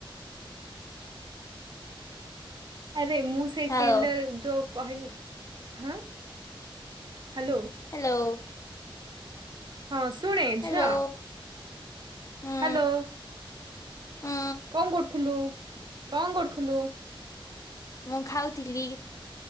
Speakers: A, on the right (about 55°); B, on the left (about 35°).
A: ଆରେ ମୁଁ ସେ
B: ହଉ
A: ଟେଲର ଯଉ କହନି ହଁ ହ୍ୟାଲୋ।
B: ହ୍ୟାଲୋ।
A: ହଁ ଶୁଣେ
B: ହ୍ୟାଲୋ
A: ଝିଅ।
B: ହୁଁ
A: ହ୍ୟାଲୋ।
B: ହୁଁ
A: କଣ କରୁଥିଲୁ କଣ କରୁଥିଲୁ।
B: ମୁଁ ଖାଉଥିଲି।